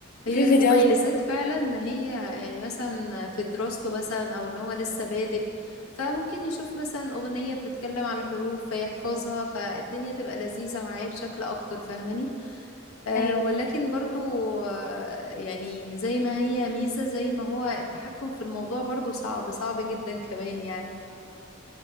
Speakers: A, on the left (about 80°); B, on the left (about 40°).
A: هي
B: وفي
A: المميزات
B: فيديوهات غريبه
A: فعلا ان هي يعني مثلا في دراسته مثلا او ان هو لسه بادئ فممكن يشوف مثلا اغنية بتتكلم عن الحروف فيحفظها فالدنيا تبقى لذيذة معاه بشكل اكتر فاهماني أه
B: ايوه
A: ولكن برضو آه، يعني زي ما هي ميزة زي ما هو التحكم في الموضوع برضو صعب صعب جدا كمان يعني